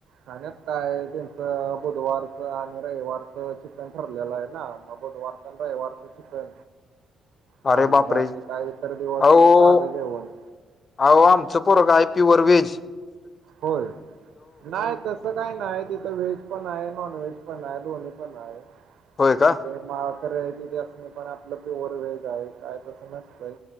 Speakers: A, on the right; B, on the left.
A: खाण्यात काय त्यांचं बुधवारचं आणि रविवारचं चिकन ठरलेलं आहे ना मग बुधवार रविवारचं चिकन झालं
B: अरे बापरे
A: बाकी काहीतर दिवस
B: अहो
A: मग साध जेवण.
B: अहो आमचं पोरग आहे प्युअरव्हेज.
A: होय नाही तसं काही नाही तिथं व्हेज. पण आहे नॉन व्हेज पण आहे दोनी पण आहे.
B: होय का
A: माहा खरे आहे तिथे असणे पण आपलं प्युअर व्हेज आहे काय तसं नसतंय.